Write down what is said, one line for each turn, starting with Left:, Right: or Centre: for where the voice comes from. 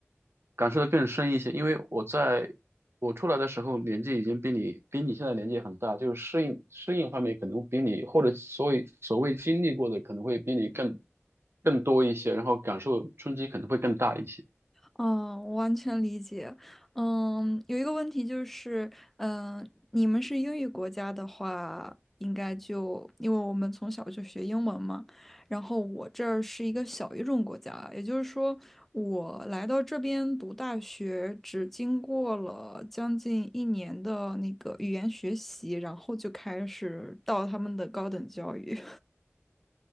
Right: 感受的更深一些，因为我在我出来的时候年纪已经比你比你现在年纪很大，就是适应适应方面可能比你或者所谓所谓经历过的可能会比你更更多一些，然后感受冲击可能会更大一些。
Centre: 嗯，我完全理解。嗯，有一个问题就是，嗯，你们是英语国家的话，应该就因为我们从小就学英文嘛。然后我这儿是一个小语种国家，也就是说，我来到这边读大学，只经过了将近一年的那个语言学习，然后就开始到他们的高等教育。